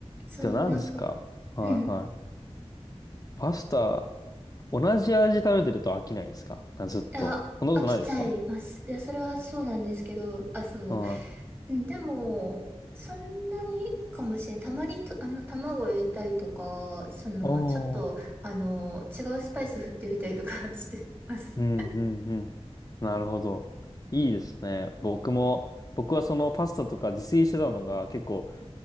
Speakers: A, on the right; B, on the left.
A: そう、
B: でも何ですかはいはい。
A: なんか、うん。
B: パスタ、同じ味食べてると飽きないですかあずっと。
A: あ、
B: そんなことないですか
A: 飽きちゃいます。いや、それはそうなんですけど、あ、そう。
B: はい。
A: うん、でも、そんなにかもしれない。たまにと、あの、卵を入れたりとか、その、
B: おー。
A: ちょっと、あの、違うスパイス振ってみたりとか <laughs> してます。
B: うんうんうん。なるほど。いいですね。僕も、僕はそのパスタとか自炊してたのが結構、